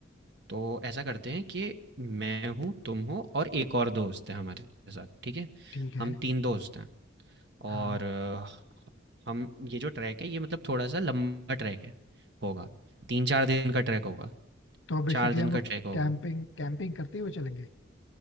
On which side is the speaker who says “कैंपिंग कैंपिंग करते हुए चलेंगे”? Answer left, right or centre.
Left